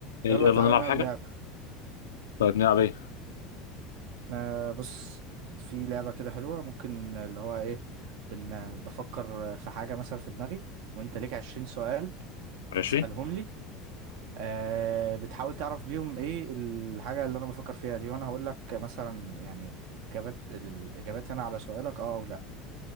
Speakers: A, on the left (about 75°); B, on the right (about 60°).
A: إيه،
B: يلا
A: يلا
B: تعالى
A: نلعب
B: نلعب
A: حاجة
B: لعبة
A: طيب نلعب ايه
B: ما بص في لعبة كده حلوة ممكن اللي هو ايه بن بفكر في حاجة مثلا في دماغي وانت ليك عشرين سؤال بتسألهم
A: ماشي
B: لي آه بتحاول تعرف بيهم ايه الحاجة اللي انا بفكر فيها دي وانا هقول لك مثلا يعني اجابات الاجابات هنا على سؤالك اه او لا